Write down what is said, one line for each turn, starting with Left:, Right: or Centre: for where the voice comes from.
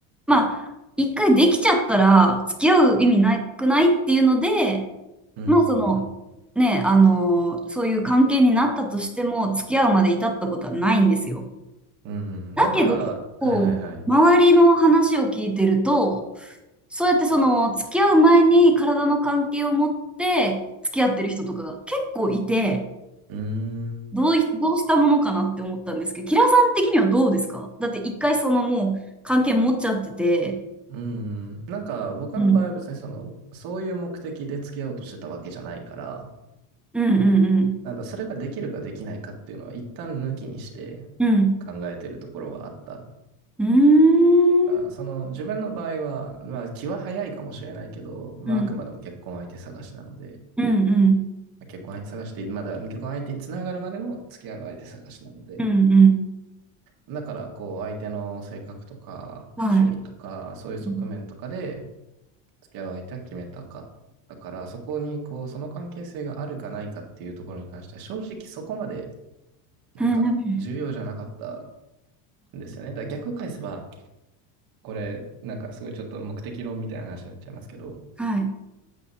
Centre: まあ、一回できちゃったら付き合う意味なくないっていうので、
Right: うんうんうん。
Centre: まあその、ね、あのそういう関係になったとしても付き合うまで至ったことはないんですよ。
Right: うんうんうん。
Centre: だけど結構、
Right: なんか、はいはいはい。
Centre: 周りの話を聞いてると、そうやってその付き合う前に体の関係を持って付き合ってる人とかが結構いて、
Right: うーん。
Centre: どうい、どうしたものかなって思ったんですけど、キラさん的にはどうですかだって一回そのもう関係持っちゃってて、
Right: うんうん。なんか、僕の場合は別にその、
Centre: うん、
Right: そういう目的で付き合おうとしてたわけじゃないから、
Centre: うんうん
Right: なんだ、それができるかできないかっていうのは一旦抜きにして
Centre: うん、
Right: 考えてるところはあった。
Centre: うん、うーん、
Right: あその自分の場合は、まあ気は早いかもしれないけど、まああくまでも結婚相手探しなので、
Centre: うん、うん、うん、
Right: まあ結婚相手探しでまだ結婚相手につながるまでの付き合う相手探しなので、
Centre: うん、うん
Right: だからこう相手の性格とか趣味とかそういう側面とかで
Centre: はい、うん、
Right: 付き合う相手は決めたかったから、そこにこうその関係性があるかないかっていうところに関しては正直そこまでなんか重要じゃなかった
Centre: うん
Right: んですよね。だから逆を返せば、これなんかすごいちょっと目的論みたいな話になっちゃいますけど、
Centre: はい、